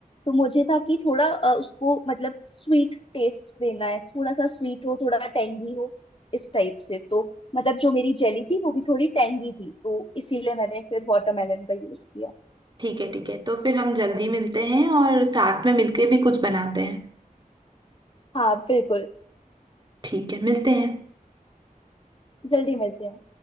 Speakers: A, on the left; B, on the right.
A: तो मुझे था कि थोड़ा अ, उसको मतलब स्वीट टेस्ट देना है थोड़ा सा स्वीट हो थोड़ा टेंगी हो इस टाइप से तो मतलब जो मेरी जेली थी वो भी थोड़ी टेंगी थी तो इसीलिए मैंने फिर वाटरमेलन का यूज किया
B: ठीक है ठीक है तो फिर हम जल्दी मिलते हैं और साथ में मिलके भी कुछ बनाते हैं
A: हाँ बिल्कुल
B: ठीक है मिलते हैं
A: जल्दी मिलते हैं